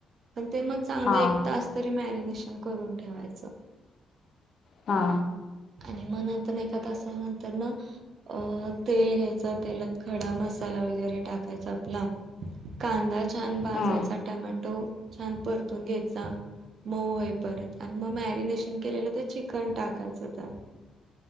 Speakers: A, on the right (about 60°); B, on the left (about 55°).
A: पण ते मग चांगलं
B: हा
A: एक तास तरी मॅरिनेशन करून ठेवायचं.
B: हा.
A: आणि म नंतर एका तासानंतरन अ, तेल घ्यायचं तेलात खडा मसाला वगैरे टाकायचा आपला. कांदा छान भाजायचा,
B: हम्म.
A: टमॅटो छान परतून घ्यायचा. मऊ होई पर्यंत, आणि मग मॅरिनेशन केलेलं ते चिकन टाकायचं. त्यात